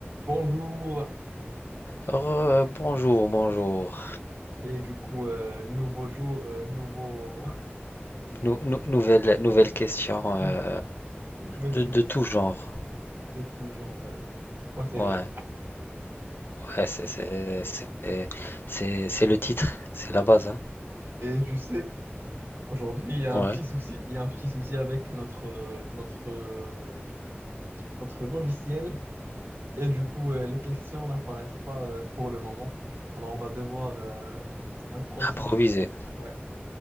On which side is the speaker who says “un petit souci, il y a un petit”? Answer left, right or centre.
Right